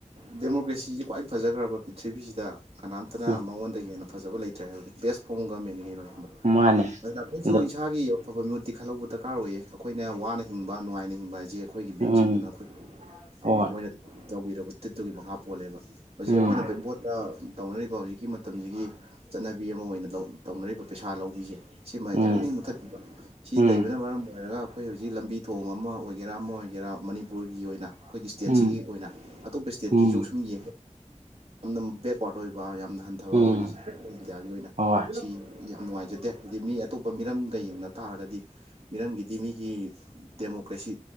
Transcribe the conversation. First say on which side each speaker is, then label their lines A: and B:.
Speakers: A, on the right; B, on the right.
A: ꯗꯦꯃꯣꯀ꯭ꯔꯦꯁꯤꯁꯤ ꯈ꯭ꯋꯥꯏ ꯐꯖꯈ꯭ꯔꯕ ꯄ꯭ꯔꯤꯊꯤꯕꯤꯁꯤꯗ ꯀꯅꯥꯝꯇꯅ
B: ꯎꯝ
A: ꯃꯉꯣꯟꯗꯒꯤ ꯍꯦꯟꯅ ꯐꯖꯕ ꯂꯩꯇ꯭ꯔꯦ ꯍꯥꯏꯕꯅꯤ ꯕꯦꯁ ꯐꯣꯝ ꯑꯣꯐ ꯒꯔꯃꯦꯟꯅꯤ ꯀꯩꯅꯣꯅꯦ ꯏꯌꯥꯝꯕ
B: ꯃꯥꯅꯦ
A: ꯉꯝꯃꯤꯉꯩꯁꯨ
B: ꯑꯗꯣ
A: ꯏꯁꯥꯒꯤ ꯑꯐꯕ ꯃꯤꯍꯨꯠꯇꯤ ꯈꯜꯍꯧꯕ ꯗꯔꯀꯥꯔ ꯑꯣꯏꯌꯦ ꯑꯩꯈꯣꯏꯅ ꯋꯥꯅ ꯍꯤꯡꯕ ꯅꯨꯡꯉꯥꯏꯅ ꯍꯤꯡꯕ ꯍꯥꯏꯁꯦ ꯑꯩꯈꯣꯏꯒꯤ ꯃꯤꯍꯨꯠꯁꯤꯡꯗꯨꯅ
B: ꯎꯝ
A: ꯑꯩꯈꯣꯏ
B: ꯍꯣꯏ
A: ꯃꯣꯏꯅ ꯇꯧꯕꯤꯔꯕ ꯇ꯭ꯔꯤꯠꯇꯨꯒꯤ ꯃꯈꯥ ꯄꯣꯜꯂꯦꯕ ꯍꯧꯖꯤꯛ
B: ꯎꯝ
A: ꯑꯩꯈꯣꯏꯅ ꯕꯣꯠꯇ ꯇꯧꯅꯔꯤꯕ ꯍꯧꯖꯤꯛꯀꯤ ꯃꯇꯝꯁꯤꯒꯤ ꯆꯠꯅꯕꯤ ꯑꯃ ꯑꯣꯏꯅ ꯇꯧꯅꯔꯤꯕ ꯄꯩꯁꯥ ꯂꯧꯕꯤꯁꯦ ꯁꯤꯃ
B: ꯎꯝ
A: ꯌꯥꯔꯤꯉꯩ ꯃꯨꯊꯠꯄꯤꯈꯤꯕ ꯁꯤ
B: ꯎꯝ
A: ꯂꯩꯕꯅ ꯃꯔꯝ ꯑꯣꯏꯔꯒ ꯑꯩꯈꯣꯏ ꯍꯧꯖꯤꯛ ꯂꯝꯕꯤ ꯊꯣꯡ ꯑꯃ ꯑꯣꯏꯒꯦꯔꯥ ꯑꯃ ꯑꯣꯏꯒꯦꯔꯥ ꯃꯅꯤꯄꯨꯔꯒꯤ ꯑꯣꯏꯅ ꯑꯩꯈꯣꯏꯒꯤ ꯁ꯭ꯇꯦꯠꯁꯤꯒꯤ
B: ꯎꯝ
A: ꯑꯣꯏꯅ ꯁ꯭ꯇꯦꯠꯀꯤꯁꯨ
B: ꯎꯝ
A: ꯁꯨꯝꯌꯦꯡ ꯌꯥꯝꯅ ꯕꯦꯛꯋꯥꯔꯗ ꯑꯣꯏꯕ ꯌꯥꯝꯅ ꯍꯟꯊꯕ
B: ꯎꯝ
A: ꯑꯣꯏꯔꯤꯁꯦ ꯑꯩꯈ ꯏꯟꯗꯤꯌꯥꯒꯤ ꯑꯣꯏꯅ
B: ꯍꯣꯏ
A: ꯁꯤ ꯌꯥꯝ ꯅꯨꯡꯉꯥꯏꯖꯗꯦ ꯍꯥꯏꯗꯤ ꯃꯤ ꯑꯇꯣꯞꯄ ꯃꯤꯔꯝꯒ ꯌꯦꯟꯅ ꯇꯥꯔꯒꯗꯤ ꯃꯤꯔꯝꯒꯤꯗꯤ ꯃꯤꯒꯤ ꯗꯦꯃꯣꯀ꯭ꯔꯦꯁꯤ